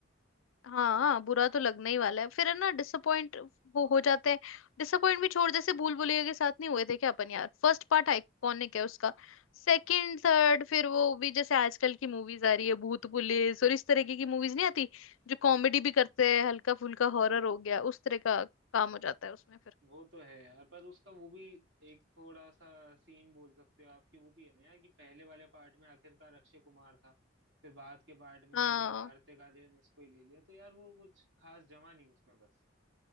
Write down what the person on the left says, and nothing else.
हाँ हाँ, बुरा तो लगना ही वाला है फिर है ना डिसअपॉइंट वो हो जाते हैं डिसअपॉइंट भी छोड़ जैसे भूल भुलैया के साथ नहीं हुए थे क्या अपन यार फर्स्ट पार्ट आइकॉनिक है उसका सेकंड थर्ड फिर वो भी जैसे आजकल की मूवीज आ रही है भूत पुलिस और इस तरीके की मूवीज नहीं आती जो कॉमेडी भी करते हैं हल्का फुल्का हॉरर हो गया उस तरह का काम हो जाता है उसमें फिर
हाँ